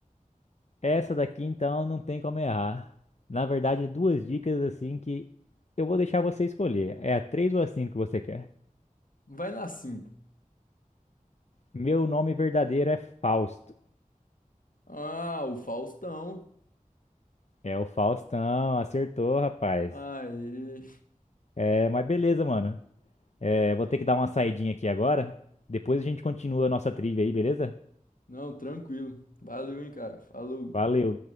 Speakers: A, on the left (about 50°); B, on the left (about 75°).
A: Essa daqui, então, não tem como errar. Na verdade, é duas dicas assim que eu vou deixar você escolher. É a 3 ou a 5 que você quer?
B: Vai na 5.
A: Meu nome verdadeiro é Fausto.
B: Ah, o Faustão.
A: É o Faustão, acertou, rapaz.
B: Aê.
A: É, mas beleza, mano. É, vou ter que dar uma saidinha aqui agora. Depois a gente continua a nossa trilha aí, beleza?
B: Não, tranquilo. Valeu, hein, cara. Falou.
A: Valeu.